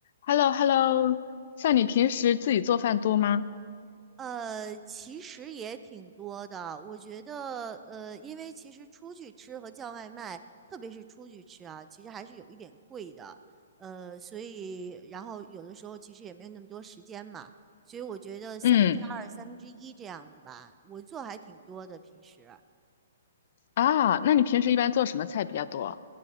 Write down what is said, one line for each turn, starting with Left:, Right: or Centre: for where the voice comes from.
Left: h e l l o h e l l o 像你平时自己做饭多吗？
Right: 呃，其实也挺多的。我觉得，呃，因为其实出去吃和叫外卖，特别是出去吃啊，其实还是有一点贵的。呃，所以，然后有的时候其实也没有那么多时间嘛，所以我觉得三分之二、
Left: 嗯，
Right: 三分之一这样子吧，我做还挺多的平时。
Left: 啊，那你平时一般做什么菜比较多？